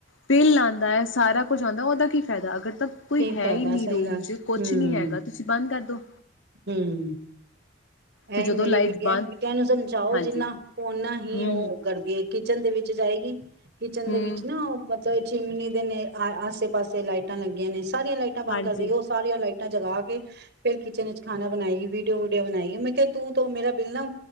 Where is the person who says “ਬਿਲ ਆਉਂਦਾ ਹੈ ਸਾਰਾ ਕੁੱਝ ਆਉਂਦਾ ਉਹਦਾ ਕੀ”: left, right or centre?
Left